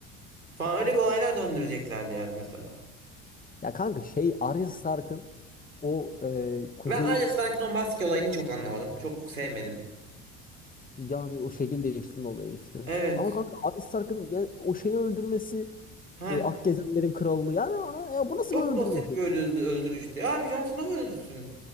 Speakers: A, on the right; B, on the left.
A: Falan öyle bir olaylar döndüreceklerdi yani mesela.
B: ya kanka şey Arya Stark'ın o e, kuzeyin
A: Ben Arya Stark'ın o maske olayını çok anlamadım. Çok sevmedim.
B: yani o şekil değiştirme olayı işte.
A: Evet.
B: Ama kanka Arya Stark'ın yani o şeyi öldürmesi
A: Heh.
B: e, Akgezenlerin kralını yani ana, ya bu nasıl
A: Çok
B: bir öldürme
A: basit
B: şekli?
A: bir öldü- öldürüştü. Ya Abi Jon Snow öldürsün.